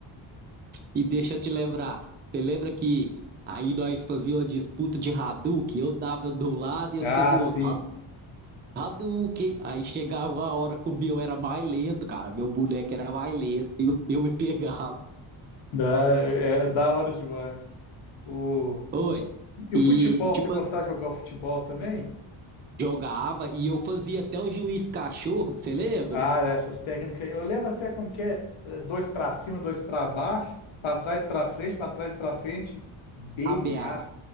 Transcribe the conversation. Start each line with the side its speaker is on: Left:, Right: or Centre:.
Right: e deixa eu te lembrar. Você lembra que aí nós fazíamos uma disputa de Hadouken? Eu dava do lado e você
Left: Ah,
Right: do
Left: sim.
Right: outro. Ha- Hadouken! Aí chegava a hora que o meu era mais lento, cara. Meu boneco era mais lento e eu, eu me pegava.
Left: Dá, é, é da hora demais. O...
Right: Oi.
Left: E
Right: E,
Left: o futebol,
Right: tipo
Left: você gostava de jogar o futebol também?
Right: Jogava e eu fazia até o juiz cachorro, você lembra?
Left: Ah, essas técnicas. Eu lembro até como que é eh, dois pra cima, dois pra baixo, pra trás, pra frente, pra trás, pra frente. B
Right: ABA.
Left: e A.